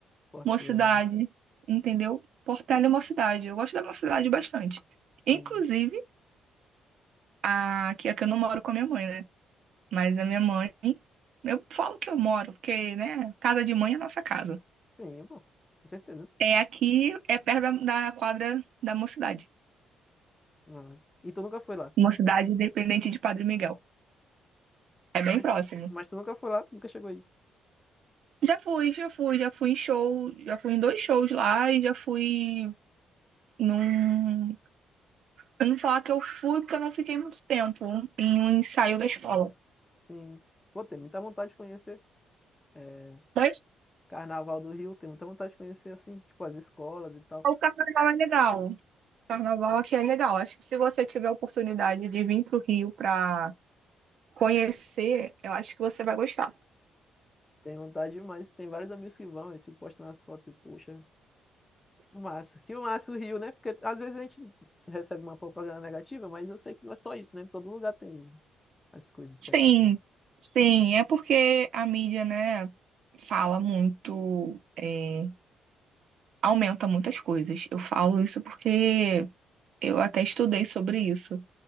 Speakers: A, on the left; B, on the right.
A: Portela.
B: Mocidade, entendeu? Portela e Mocidade. Eu gosto da Mocidade bastante. Inclusive,
A: Sim.
B: a... que aqui eu não moro com a minha mãe, né? Mas a minha mãe eu falo que eu moro, porque, né, casa de mãe é nossa casa.
A: Sim, pô. Com certeza.
B: É aqui, é perto da, da quadra da Mocidade.
A: Ah, E tu nunca foi lá?
B: Mocidade Independente de Padre Miguel. É bem
A: Mas,
B: próximo.
A: mas tu nunca foi lá, nunca chegou aí.
B: Já fui, já fui, já fui em show, já fui em dois shows lá e já fui num. Eu não vou falar que eu fui porque eu não fiquei muito tempo em um ensaio da escola.
A: Sim. Pô, tem muita vontade de conhecer. É,
B: Mas
A: Carnaval do Rio, tem muita vontade de conhecer, assim, tipo, as escolas e tal.
B: o carnaval é legal. O carnaval aqui é legal. Acho que se você tiver a oportunidade de vir para o Rio para conhecer, eu acho que você vai gostar.
A: Tem vontade demais. Tem vários amigos que vão, eles se postam nas fotos e, poxa. Que massa, que massa o Rio, né? Porque às vezes a gente recebe uma propaganda negativa, mas eu sei que não é só isso, né? Todo lugar tem as coisas
B: Sim,
A: que acontecem.
B: sim, é porque a mídia, né, fala muito, é, aumenta muitas coisas. Eu falo isso porque eu até estudei sobre isso.